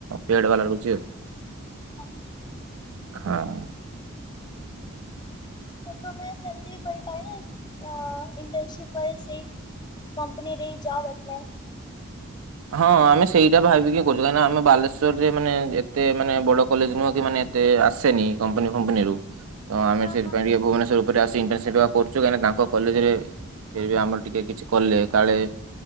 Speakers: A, on the right; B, on the left.
A: ପେଡ୍ ବାଲ ଲହୁଚି ଆଉ।
B: ଆଚ୍ଛା ଆଚ୍ଛା।
A: ହଁ।
B: ତ ତମେ ସେମିତି ବି କରିପାର ନା ଆଁ ଇଣ୍ଟନସିପ୍ ପରେ ସେଇ କମ୍ପନୀରେ ଇ ଜବ୍ ଆପ୍ଲାଏ।
A: ହଁ ଆମେ ସେଇଟା ଭାବିକି କରଚୁ କାହିଁକିନା ଆମେ ବାଲେଶ୍ୱରରେ ମାନେ ଏତେ ମାନେ ବଡ କଲେଜ ନୁହଁ କି ମାନେ ଏତେ ଆସେନି କମ୍ପାନୀ ଫମ୍ପାନୀରୁୁ ତ ଆମେ
B: ହଁ
A: ସେଥିପାଇଁ
B: ହଁ
A: ଟିକେ ଭୁବନେଶ୍ୱର ଉପରେ ଆସିକି ଇଣ୍ଟନସିପ୍ କରୁଚୁ କାହିଁକି ନା ତାଙ୍କ କଲେଜରେ କିଏ ବି ଆମର ଟିକେ କିଛି କଲେ କାଳେ